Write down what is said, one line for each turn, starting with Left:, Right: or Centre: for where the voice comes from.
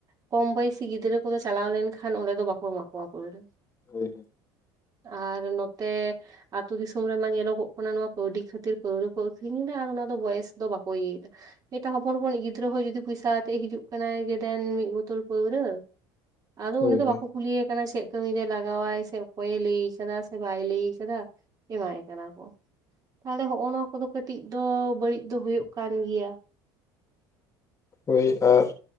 Right: ᱠᱚᱢ ᱵᱚᱭᱥᱤ ᱜᱤᱫᱽᱨᱟᱹ ᱠᱚᱫᱚ ᱪᱟᱞᱟᱣ ᱞᱮᱱᱠᱷᱟᱱ ᱚᱸᱰᱮ ᱫᱚ ᱵᱟᱠᱚ ᱮᱢᱟ ᱠᱚᱣᱟ ᱯᱟᱹᱣᱨᱟᱹ
Left: ᱦᱳᱭ ᱦᱳᱭ
Right: ᱟᱨ ᱱᱚᱛᱮ ᱟᱹᱛᱩ ᱫᱤᱥᱚᱢ ᱨᱮᱢᱟ ᱧᱮᱞᱚᱜᱼᱚᱜ ᱠᱟᱱᱟ ᱱᱚᱣᱟ ᱠᱟᱹᱣᱰᱤ ᱠᱷᱟᱹᱛᱤᱨ ᱯᱟᱹᱣᱨᱟᱹ ᱠᱚ ᱟᱹᱷᱨᱤᱧ ᱮᱫᱟ ᱟᱨ ᱚᱱᱟ ᱫᱚ ᱵᱚᱭᱮᱥ ᱫᱚ ᱵᱟᱠᱚ ᱤᱭᱟᱹᱭ ᱮᱫᱟ ᱢᱤᱫᱴᱟᱝ ᱦᱚᱯᱚᱱ ᱦᱚᱯᱚᱱᱤᱡ ᱜᱤᱫᱽᱨᱟᱹ ᱦᱚᱸ ᱡᱩᱚᱫᱤ ᱯᱚᱭᱥᱟ ᱟᱛᱮᱜ ᱦᱤᱡᱩᱜ ᱠᱟᱱᱟᱭ ᱡᱮ ᱫᱮᱱ ᱢᱤᱫ ᱵᱳᱛᱳᱚᱞ ᱯᱟᱹᱣᱨᱟᱹ ᱟᱫᱚ
Left: ᱦᱳᱭ
Right: ᱩᱱᱤ ᱫᱚ
Left: ᱦᱳᱭ
Right: ᱵᱟᱠᱚ ᱠᱩᱞᱤᱭᱮ ᱠᱟᱱᱟ ᱪᱮᱫ ᱠᱟᱹᱢᱤ ᱨᱮ ᱞᱟᱜᱟᱣᱟᱭ ᱥᱮ ᱚᱠᱚᱭᱮ ᱞᱟᱹᱭ ᱠᱟᱫᱟ ᱥᱮ ᱵᱟᱭ ᱞᱟᱹᱭ ᱠᱟᱫᱟ ᱮᱢᱟᱭ ᱠᱟᱱᱟ ᱠᱚ ᱛᱟᱦᱚᱞᱮ ᱦᱚᱜᱼᱚ ᱱᱚᱣᱟ ᱠᱚᱫᱚ ᱠᱟᱹᱴᱤᱡ ᱫᱚ ᱵᱟᱹᱲᱤᱡ ᱫᱚᱻ ᱦᱩᱭᱩᱜ ᱠᱟᱱ ᱜᱮᱭᱟ
Left: ᱦᱳᱭ ᱟᱨ